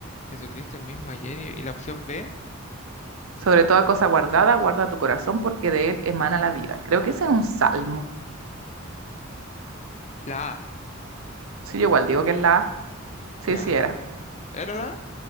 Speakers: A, on the left; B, on the right.
A: Jesucristo el mismo ayer. ¿Y, y la opción B?
B: Sobre toda cosa guardada, guarda tu corazón porque de él emana la vida. Creo que ese es un salmo.
A: La A.
B: Sí, yo igual digo que es la A. Sí,
A: Ya.
B: sí era.
A: ¿Era la A?